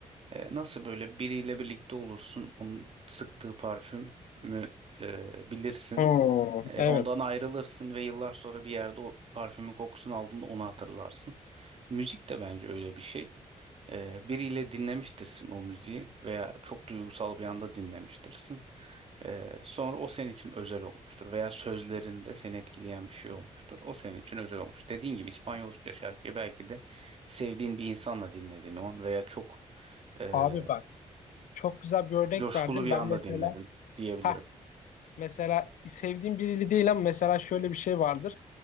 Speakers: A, on the right (about 50°); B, on the left (about 80°).
A: E, nasıl böyle biriyle birlikte olursun, onun sıktığı parfümü e, bilirsin.
B: Hmm,
A: E,
B: evet
A: ondan ayrılırsın ve yıllar sonra bir yerde o parfümün kokusunu aldığında onu hatırlarsın. Müzik de bence öyle bir şey. E, biriyle dinlemiştirsin o müziği veya çok duygusal bir anda dinlemiştirsin. E, sonra o senin için özel olmuştur veya sözlerinde seni etkileyen bir şey olmuştur. O senin için özel olmuş. Dediğin gibi İspanyolca şarkıyı belki de sevdiğin bir insanla dinledin o an veya çok e,
B: abi bak çok güzel bir örnek
A: coşkulu
B: verdim
A: bir
B: ben
A: anda
B: mesela
A: dinledin diyebilirim.
B: ha mesela sevdiğim biriyle değil ama mesela şöyle bir şey vardır